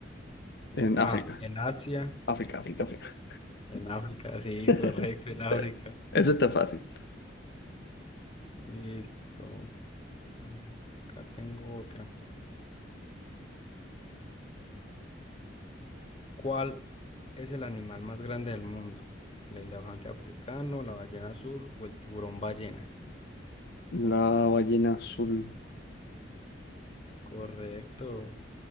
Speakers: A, on the left; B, on the left.
A: En África.
B: A, en Asia,
A: África, África, África.
B: en África, sí,
A: <laughs>
B: correcto, en África.
A: Eso está fácil.
B: Listo. Mm, Acá tengo otra. ¿Cuál es el animal más grande del mundo? ¿El elefante africano, la ballena azul o el tiburón ballena?
A: La ballena azul.
B: Correcto.